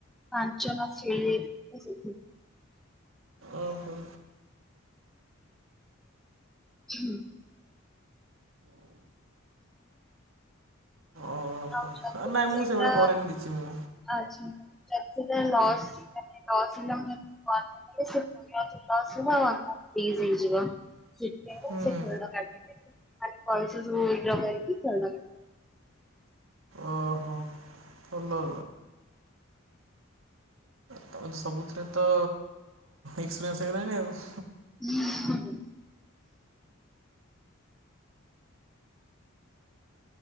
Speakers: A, in the centre; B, on the right (about 70°).
A: ପାଞ୍ଚ <unintelligible>
B: ଓହୋ।
A: ହୁଁ।
B: ଓହୋ
A: ଆ ସେଇଟା
B: ନାଇଁ ମୁଁ ସେଗୁଡ଼ା କରେନି କିଛି ମୁଁ
A: ଆଛି ସେଟା ଲସ୍ <unintelligible> ଫ୍ରିଜ୍ ହେଇଯିବ। ସେଇଥିପାଇଁକା
B: ହୁଁ
A: ସେ ଖଳଟା କାଟିକି ମାନେ ପଇସା ସବୁ ୱିଡ୍ର କରିକି <unintelligible>
B: ଓହୋ ଖୋଲ। ତମେ ତ ସବୁଥିରେ ତ ଏକ୍ସେପିରିଏନ୍ସେ ହେଇଗଲାଣି ଆଉ।
A: ଉଁ ହୁଁ।